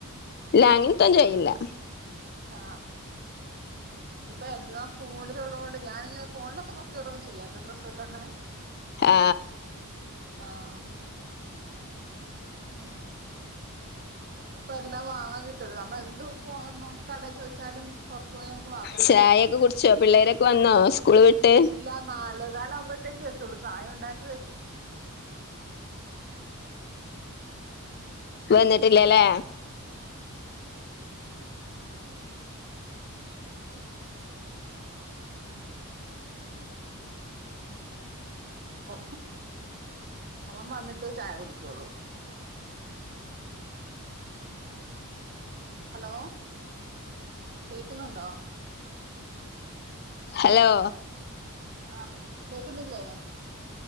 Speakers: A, on the left (about 45°); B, on the right (about 45°).
A: ഇല്ല അങ്ങനത്തെയൊന്നും ചെയ്യില്ല
B: ആ ഇപ്പ എല്ലാം ഫോണില് ഉള്ളതുകൊണ്ട് ഞാനിങ്ങനെ ഫോണിലൊക്കെ നോക്കിയോരൊന്ന് ചെയ്യാം എന്റെ ഡ്രസ്സ് തന്നെ
A: ആ
B: ആഹൺ ഇങ്ങനെ ഇപ്പ എല്ലാം വാങ്ങാൻ കിട്ടുള്ളൂ നമ്മള് എന്ത് <unintelligible> കടെ ചോദിച്ചാലും പുറത്ത് പോയി നമുക്ക് വാങ്ങാം
A: ചായൊക്കെ കുടിച്ചോ പിള്ളേരൊക്കെ വന്നോ സ്കൂള് വിട്ട്
B: ഇല്ല നാലെകാല് ആവുമ്പഴത്തേക്കു എത്തുള്ളൂ ചായ ഒണ്ടാക്കി വെ
A: വെന്നിട്ടില്ലാല്ലെ
B: പ്പൊ അവൻ വന്നിട്ടെ ചായ കുടിക്കൂള്ളു ഹലോ കേക്കുന്നുണ്ടോ
A: ഹലോ
B: ആഹ് കേക്കുന്നില്ലേ